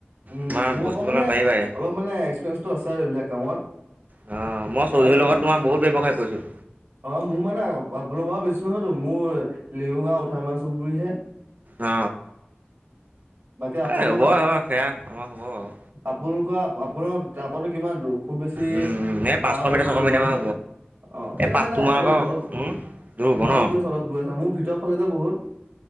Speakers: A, on the right; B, on the right.
A: উম,
B: তোমাৰ
A: মোৰ
B: বস্তুবিলাক
A: অকণমানে,
B: পাৰিবাই
A: অলপমানে এক্সপিৰিয়েঞ্চটো আছে আৰু এইবিলাক কামত। আৰু
B: অ', মই চৌধুৰীৰ
A: তোমাৰ,
B: লগত বহুত ব্যৱসায় কৰিছিলোঁ।
A: অ', মোৰ মানে অ', বোলো গাওঁ বেছি নহয়তো মোৰ লিউগাওঁ উঠা মাৰা চুবুৰীয়ে।
B: অ',
A: বাকী আপোনালোক
B: অ', এ হ'ব সেয়া আমাৰ, হ'ব আৰু।
A: আপোনালোকৰ আপোনাৰ তাৰ পৰানো কিমান দূৰ খুব বেছি
B: উম, উম, এই পাঁচশ
A: বাৰ দশ
B: মিটাৰ ছশ
A: কিলোমিটাৰ
B: মিটাৰমান
A: মান হ'ব। অ',
B: এই
A: এ নাই
B: পাঁচ
A: নাই
B: তোমাৰ
A: অলপ
B: আকৌ
A: অলপ,
B: উম, দূৰ হ'ব ন?
A: অলপ দূৰ আছে অলপ দূৰ আছে মোৰ ভিতৰৰ ফালে যে বহুত <inaudible>